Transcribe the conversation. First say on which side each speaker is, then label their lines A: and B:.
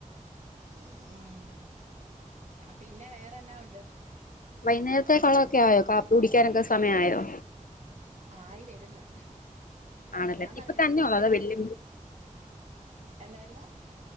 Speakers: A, on the right; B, on the left.
A: ഉം പിന്നെ വേറെ എന്നാ ഒണ്ട്
B: വൈന്നേരത്തെക്കുള്ളതൊക്കെ ആയോ കാപ്പി കുടിക്കാനൊക്കെ സമയമായോ
A: ആയി വര്ന്ന്
B: ആണല്ലേ
A: ഞാൻ പറഞ്ഞില്ലെ
B: ഇപ്പൊ തന്നെ
A: ഉച്ചക്കത്തെ
B: ഉള്ളോ അതോ വെല്ലു
A: എന്തായിരുന്ന്